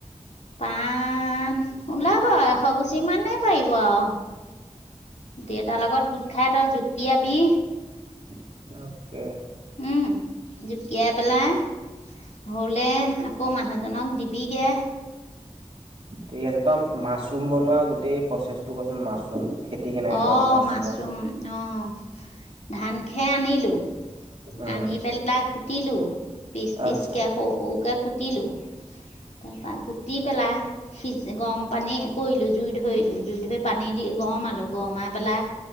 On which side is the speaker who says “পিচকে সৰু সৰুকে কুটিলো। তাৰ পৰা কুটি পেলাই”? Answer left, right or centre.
Left